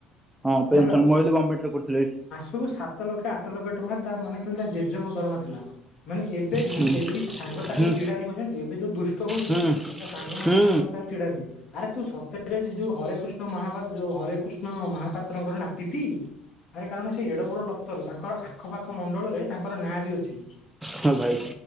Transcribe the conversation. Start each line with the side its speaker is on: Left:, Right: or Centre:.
Centre: ହଁ ପେନ୍ସନ
Left: ହେଲା
Centre: ମୁଁ ଭାବିଲି ଗମେଣ୍ଟରେ କରୁଥିଲେ ବୋଲି।
Left: ମାସକୁ ସାତ ଲକ୍ଷ ଆଠ ଲକ୍ଷ ଟଙ୍କା ତା ମାନେ ଖାଲି ତା ଜେଜେଙ୍କ ଦରମା ଥିଲା। ମାନେ ଏବେ ବି
Centre: ହୁଁ
Left: ଏବେ ବି ତା ସାଙ୍ଗ ତାକୁ
Centre: ହୁଁ
Left: ଚିଡ଼ାନ୍ତି କଣ ଜାଣିଛୁ, ଏବେ ଯୋଉ ଦୁଷ୍ଟ ହଉଛି
Centre: ହୁଁ
Left: ତା ସାଙ୍ଗ ମାନେ
Centre: ହୁଁ
Left: ସାଙ୍ଗ ତାକୁ ଚିଡ଼ାନ୍ତି। ଆରେ ତୁ ସତରେ ସେ ଯୋଉ ହରେକୃଷ୍ଣ ମହା ଯୋଉ ହରେକୃଷ୍ଣ ମହାପାତ୍ରଙ୍କର ନାତିଟି? ଆରେ କାରଣ ସେ ଏଡ଼ ବଡ ଡକ୍ଟର, ତାଙ୍କର ଆଖପାଖ ମଣ୍ଡଳରେ ତାଙ୍କର ନାଁ ବି ଅଛି।
Centre: ହଁ ଭାଇ